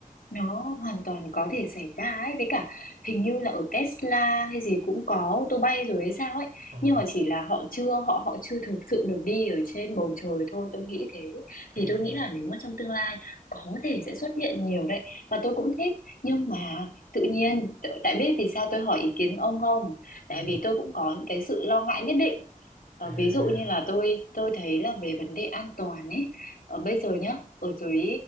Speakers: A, on the left; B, on the right.
A: nó hoàn toàn có thể xảy ra ấy với cả hình như là ở Tesla hay gì cũng có ô tô bay rồi hay sao ấy
B: ờ
A: nhưng mà chỉ là họ chưa họ họ chưa thực sự được đi ở trên bầu trời thôi tôi nghĩ thế
B: e
A: thì tôi nghĩ là nếu mà trong tương lai có thể sẽ xuất hiện nhiều đấy và tôi cũng thích nhưng mà tự nhiên t- tại biết vì sao tôi hỏi ý kiến ông không tại
B: ừ
A: vì tôi cũng có những cái sự lo ngại nhất định Ờ,
B: à
A: ví dụ như là tôi tôi thấy là về vấn đề an toàn ấy ở bây giờ nhá ở dưới